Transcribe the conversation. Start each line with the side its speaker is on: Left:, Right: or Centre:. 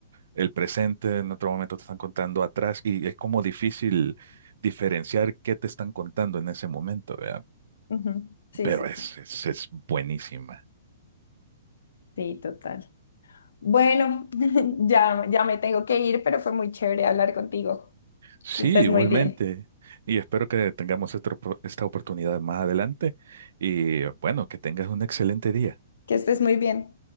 Right: el presente, en otro momento te están contando atrás, y es como difícil diferenciar qué te están contando en ese momento, ¿verdad?
Left: Ujú, Sí,
Right: Pero
Left: sí,
Right: es,
Left: sí,
Right: es, es buenísima.
Left: sí, total. Bueno, <laughs> ya, ya me tengo que ir, pero fue muy chévere hablar contigo.
Right: Sí,
Left: Que estés
Right: igualmente.
Left: muy bien.
Right: Y espero que tengamos esta, opor- esta oportunidad más adelante. Y bueno, que tengas un excelente día.
Left: Que estés muy bien.